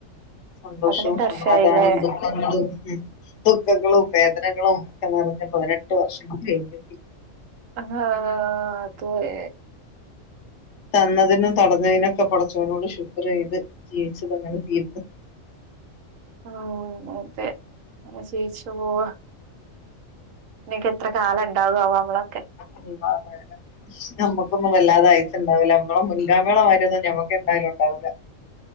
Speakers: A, on the left; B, on the right.
A: സന്തോഷവും
B: പതിനെട്ട് വർഷായില്ലേ
A: സമാധാനും ദുഃഖങ്ങളും ഉം ദുഃഖങ്ങളും വേദനകളും ഒക്കെ നെറഞ്ഞ പതിനെട്ട് വർഷങ്ങൾ കഴിഞ്ഞ് കിട്ടി
B: ആ അതുവെ
A: തന്നതിനും തടഞ്ഞതിനും ഒക്കെ പടച്ചോനോട് ശുക്ര് ചെയ്ത് ജീവച്ചത് അങ്ങനെ തീരുന്നു
B: ആ അതെ അങ്ങനെ ജീവിച്ച് പോവാ ഇനിയൊക്കെ എത്ര കാലം ഇണ്ടാവാവോ നമ്മളൊക്കെ
A: അല്ലാഹു
B: <inaudible>
A: അഅലം നമ്മക്കൊന്നും വല്ലാതെ അയസുണ്ടാവൂലാ നമ്മളെ മുൻഗാമേളെ മായിരൊന്നും ഞമ്മക്ക് എന്തായാലും ഇണ്ടാവൂലാ